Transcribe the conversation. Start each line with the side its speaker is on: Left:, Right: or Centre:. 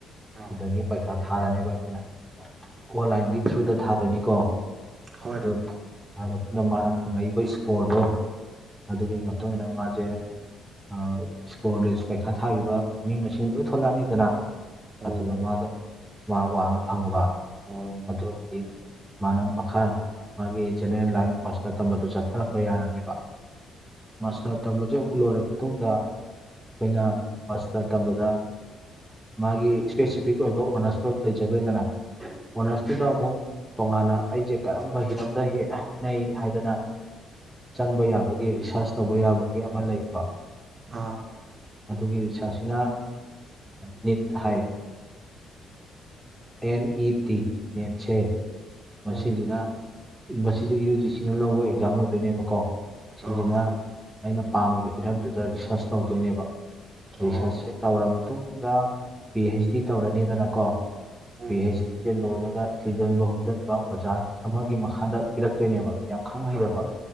Right: ꯑ
Centre: ꯁꯤꯗꯒꯤ ꯄꯩꯈꯥ ꯊꯥꯔꯅꯦꯕ ꯑꯩꯈꯣꯏꯅ ꯀꯣꯂꯥꯏꯟꯒꯤ ꯊ꯭ꯔꯨꯗ ꯊꯥꯗꯣꯏꯅꯤ ꯀꯣ
Right: ꯍꯣꯏ
Centre: ꯑꯗꯨ ꯊꯥꯔ ꯃꯇꯨꯡꯗ ꯃꯥꯅ ꯐꯪꯉꯛꯏꯕ ꯏꯁꯀꯣꯔꯗꯣ ꯑꯗꯨꯒꯤ ꯃꯇꯨꯡ ꯏꯟꯅ ꯃꯥꯖꯦ ꯑꯥ ꯏꯁꯀꯣꯔ ꯂꯤꯁ ꯄꯩꯈꯥ ꯊꯥꯒꯤꯕ ꯃꯤ ꯃꯁꯤꯡ ꯂꯣꯏ ꯊꯣꯛꯂꯛꯑꯅꯤꯗꯅ
Right: ꯎꯝ
Centre: ꯑꯗꯨꯗ ꯃꯥꯗꯣ ꯃꯥꯔꯛ ꯋꯥꯡꯅ ꯐꯪꯉꯕ
Right: ꯑꯣ
Centre: ꯑꯗꯨ ꯑꯣꯏꯗꯤ ꯃꯥꯅ ꯃꯈꯥ ꯃꯥꯒꯤ ꯖꯦꯅꯦꯔꯦꯜ ꯂꯥꯏꯟ ꯃꯥꯁꯇꯔ ꯇꯝꯕꯗꯨ ꯆꯠꯊꯥꯔꯛꯄ ꯌꯥꯔꯅꯦꯕ ꯃꯥꯁꯇꯔ ꯇꯝꯕꯖꯦ ꯑꯃꯨꯛ ꯂꯣꯏꯔꯕ ꯃꯇꯨꯡꯗ ꯑꯩꯈꯣꯏꯅ ꯃꯥꯁꯇꯔ ꯇꯝꯕꯗ ꯃꯥꯒꯤ ꯏꯁꯄꯦꯁꯤꯐꯤꯛ ꯑꯣꯏꯕ ꯑꯣꯅꯔꯁꯇꯣ ꯂꯩꯖꯥꯒ꯭ꯔꯦꯗꯅ ꯑꯣꯅꯔꯁꯇꯨꯗ ꯑꯃꯨꯛ ꯇꯣꯉꯥꯟꯅ ꯑꯩꯁꯦ ꯀꯔꯝꯕ ꯍꯤꯔꯝꯗ ꯍꯦꯟꯅ ꯍꯩꯅꯩ ꯍꯥꯏꯗꯅ ꯆꯪꯕ ꯌꯥꯕꯒꯦ ꯔꯤꯁꯥꯔꯁ ꯇꯧꯕ ꯌꯥꯕꯒꯦ ꯑꯃ ꯂꯩꯌꯦꯕ
Right: ꯑꯥ
Centre: ꯑꯗꯨꯒꯤ ꯔꯤꯁ꯭ꯔꯁꯁꯤꯅ ꯅꯤꯠ ꯍꯥꯏ ꯑꯦꯟ ꯏ ꯇꯤ ꯅꯦꯠꯁꯦ ꯃꯁꯤꯁꯤꯅ
Right: ꯎꯝ
Centre: ꯃꯁꯤꯁꯨ ꯌꯨ ꯖꯤ ꯁꯤꯅ ꯂꯧꯕ ꯑꯦꯛꯖꯥꯝ ꯑꯣꯏꯗꯣꯏꯅꯦꯕꯀꯣ ꯁꯤꯁꯤꯅ
Right: ꯑꯣ
Centre: ꯑꯩꯅ ꯄꯥꯝꯃꯤꯕ ꯍꯤꯔꯝꯗꯨꯗ ꯔꯤꯁ꯭ꯔꯁ ꯇꯧꯗꯣꯏꯅꯦꯕ
Right: ꯑꯣ
Centre: ꯔꯤꯁ꯭ꯔꯁꯁꯦ ꯇꯧꯔ ꯃꯇꯨꯡꯗ ꯄꯤ ꯍꯩꯆ ꯗꯤ ꯇꯧꯔꯅꯤꯗꯅꯀꯣ
Right: ꯎꯝ
Centre: ꯄꯤ ꯑꯩꯩꯆ ꯗꯤ ꯆꯦ ꯂꯣꯏꯔꯒ ꯊꯤꯖꯟꯕ ꯍꯨꯝꯖꯟꯕ ꯕ ꯑꯣꯖꯥ ꯑꯃꯒꯤ ꯃꯈꯥꯗ ꯄꯤꯔꯛꯇꯣꯏꯅꯦꯕ ꯌꯥꯝ ꯈꯪ ꯍꯩꯔꯕ
Right: ꯑ ꯎꯝ